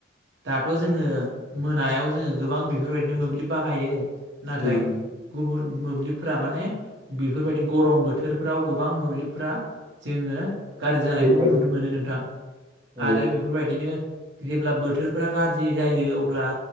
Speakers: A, on the right; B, on the right.
A: दाथ' जोङो मोनायाव जोङो गोबां बेफोर बाय नो मोब्लिब बाहायो नाथाय
B: उम
A: गुबुन मोब्लिबफ्रा माने बेफोर बायदि गरम बोथोरफ्राव गोबां मोब्लिबफ्रा जोङो गाज्रि जानायखौबो
B: हेफाजाब
A: नुनो मोनो नोंथां
B: औ
A: आरो बेफोर बायदिनो जेब्ला बोथोरफोरा गाज्रि जायो अब्ला